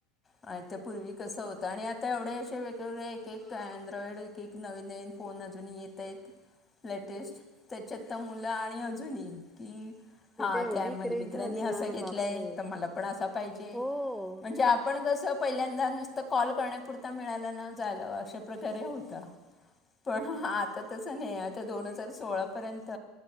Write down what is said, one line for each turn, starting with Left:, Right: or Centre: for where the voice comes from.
Left: आणि त्या पूर्वी कसं हो त आणि आता एवढे असे वेगवेगळे एक एक अँड्रॉइड एक एक नवीन नवीन फोन अजून येत आहेत. लेटेस्ट त्याच्यात तर मुलं आणि अजूनही की
Centre: तिथे
Left: हां
Centre: एवढी
Left: त्या माझ्या
Centre: क्रेज
Left: मित्रांनी
Centre: झाली
Left: असं
Centre: ना
Left: घेतलंय
Centre: बापरे
Left: तर मला पण असा पाहिजे
Centre: हो.
Left: म्हणजे आपण कस पहिल्यांदा नुसतं कॉल करण्यापुरता मिळालं न झालं अशा प्रकारे होता पण आता तसं नाहीये आता दोन हजार स सोळापर्यंत